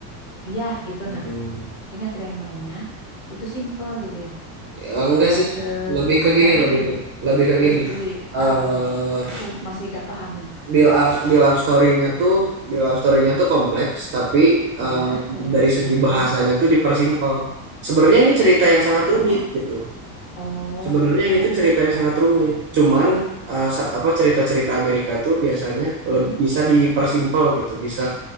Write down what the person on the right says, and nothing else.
Hmm.
Ya, Enggak
sih,
lebih ke
gini,
lebih
ke lebih ke
gini.
eh
build up build up story-nya tuh build up story-nya tuh kompleks, tapi eh,
dari
segi bahasanya tuh dipersimpel. Sebenarnya ini cerita yang sangat
rumit gitu.
Sebenarnya ini tuh cerita yang sangat rumit. Cuman eh, sa- apa cerita-cerita Amerika tuh biasanya
leb- bisa dipersimpel gitu, bisa